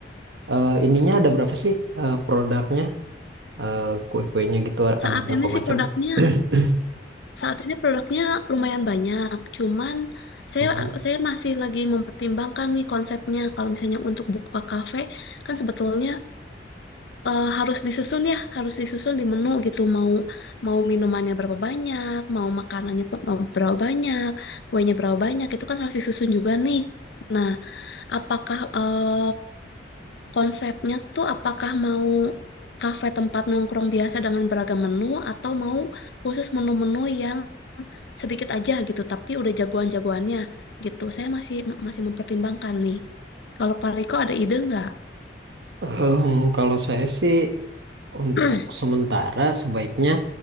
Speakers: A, on the right; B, on the left.
A: eh, ininya ada berapa sih eh, produknya Eh, kue-kuenya gitu
B: Saat
A: ada berapa
B: ini sih
A: macam?
B: produknya
A: <clears throat>
B: saat ini produknya lumayan banyak. Cuman saya
A: Hmm.
B: saya masih lagi mempertimbangkan nih konsepnya. Kalau misalnya untuk buka kafe kan sebetulnya eh, harus disusun ya, harus disusun di menu gitu. Mau mau minumannya berapa banyak, mau makanannya pe- mau berapa banyak, kuenya berapa banyak, itu kan harus disusun juga nih. Nah, apakah eh, konsepnya tuh apakah mau kafe tempat nongkrong biasa dengan beragam menu atau mau khusus menu-menu yang sedikit aja gitu, tapi udah jagoan-jagoannya gitu. Saya masih masih mempertimbangkan nih. Kalau Pak Riko ada ide nggak?
A: Em, kalau saya sih untuk
B: <clears throat>
A: sementara sebaiknya